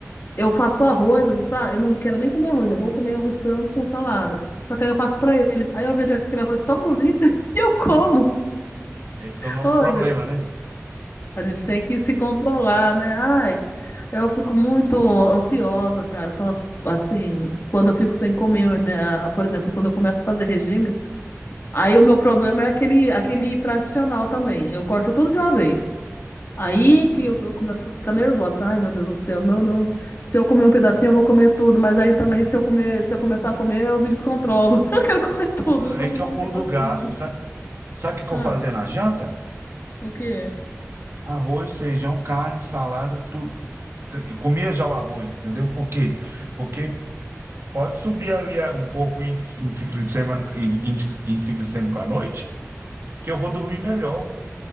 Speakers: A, on the left (about 50°); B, on the right (about 50°).
A: Eu faço arroz, às vezes falo, "Ah, eu não quero nem comer arroz, eu vou comer um frango com salada. Só que aí eu faço pra ele. Aí eu vejo aquele arroz tão bonito <laughs> e eu como.
B: Esse é o nosso
A: Hoje,
B: problema, né?
A: a gente tem que se controlar, né? Ai, eu fico muito ansiosa, cara, quando, assim, quando eu fico sem comer, né? Por exemplo, quando eu começo a fazer regime, aí o meu problema é aquele, aquele tradicional também. Eu corto tudo de uma vez. Aí
B: Aham.
A: que eu, eu começo a ficar nervosa. Ai, meu Deus do céu, não, não. Se eu comer um pedacinho, eu vou comer tudo, mas aí também, se eu comer, se eu começar a comer, eu me descontrolo. <laughs> Eu quero comer tudo, não como
B: Aí que
A: só
B: eu
A: um
B: pulo
A: pedacinho.
B: do gato. Sabe, sabe o que que
A: Ah,
B: eu fazia na janta?
A: o quê?
B: Arroz, feijão, carne, salada, tudo. Eu comia já o arroz, entendeu? Por quê? Porque pode subir ali a- um pouco o índice glicema- índice- índice glicêmico à noite, que eu vou dormir melhor.